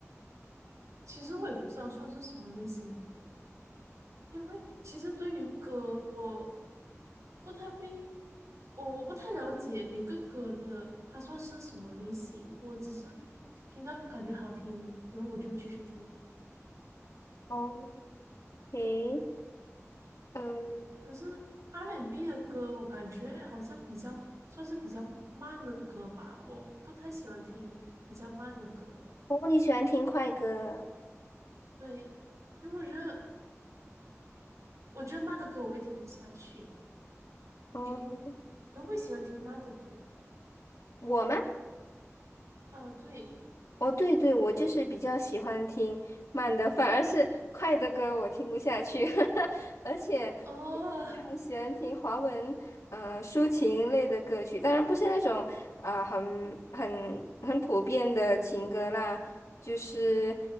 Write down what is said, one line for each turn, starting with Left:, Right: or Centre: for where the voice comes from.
Right: 其实我也不知道算是什么类型的歌诶。因为其实对于歌，我不太会，我我不太了解每个歌的它算是什么类型，我只是听到感觉好听，然后我就会继续听了。
Left: 哦，OK，呃，
Right: 可是 R&B N 的歌，我感觉好像比较算是比较慢的歌吧，我不太喜欢听比较慢的歌，
Left: 哦，你喜欢听快歌？
Right: 对，因为我觉得我觉得慢的歌我会听不下去。
Left: 哦，
Right: 你会你会不会喜欢听慢的歌？
Left: 我吗？
Right: 啊，对，
Left: 哦，对对，我就是比较喜欢听慢的，反而是快的歌我听不下去，<laughs> 而且比较喜欢听华文呃抒情类的歌曲，
Right: 哦，
Left: 当然不是那种啊，很很很普遍的情歌啦，就是